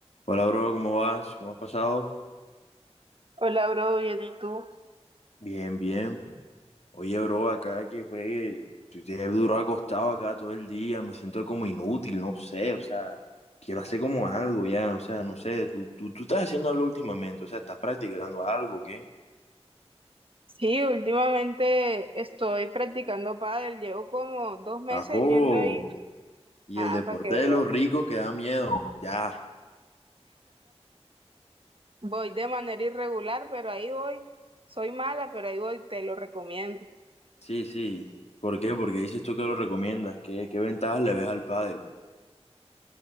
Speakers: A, on the left (about 75°); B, on the right (about 55°).
A: Hola, bro, ¿cómo vas? ¿Cómo has pasado?
B: Hola, bro, bien, ¿y tú?
A: Bien, bien. Oye, bro, acá que juegue, pues, he durado acostado acá todo el día, me siento como inútil, no sé, o sea, quiero hacer como algo ya, o sea, no sé, tú, tú, tú estás haciendo algo últimamente, o sea, estás practicando algo, o ¿qué?
B: Sí, últimamente estoy practicando pádel, llevo como dos meses
A: Ajo,
B: yendo ahí,
A: y
B: ah,
A: el deporte
B: para que veas.
A: de los ricos que da miedo, ya,
B: Voy de manera irregular, pero ahí voy. Soy mala, pero ahí voy, te lo recomiendo.
A: sí, sí. ¿Por qué? Porque dices tú que lo recomiendas, ¿qué, qué ventajas le ves al pádel?